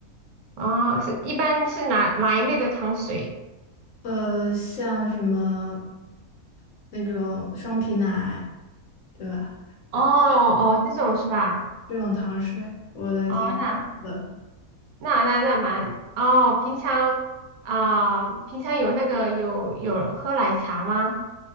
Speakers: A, on the right; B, on the left.
A: 哦，是一般是哪哪一类的糖水？
B: 呃，像什么那种双皮奶，对吧？
A: 哦哦，这种是吧？
B: 这种糖水我都还挺喜欢的
A: 哦，那那那那蛮哦，平常啊、平常有那个有有喝奶茶吗？